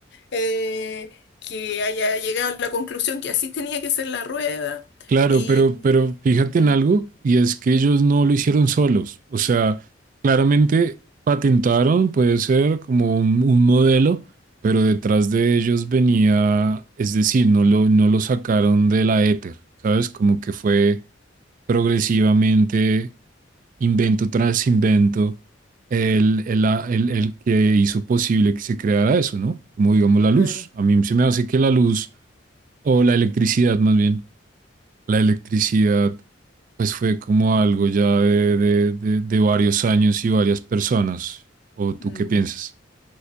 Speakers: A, on the left; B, on the right.
A: eh, que haya llegado a la conclusión que así tenía que ser la rueda.
B: Claro,
A: Y,
B: pero, pero fíjate
A: y-
B: en
A: mm,
B: algo, y es que ellos no lo hicieron solos. O sea, claramente patentaron, puede ser como un, un modelo, pero detrás de ellos venía, es decir, no lo, no lo sacaron de la éter, ¿sabes? Como que fue progresivamente invento tras invento el, el, el, el que hizo posible que se creara eso, ¿no? Como digamos la luz.
A: claro.
B: A mí se me hace que la luz, o la electricidad más bien la electricidad, pues fue como algo ya de, de, de- de varios años y varias personas. ¿O tú
A: mm.
B: qué piensas?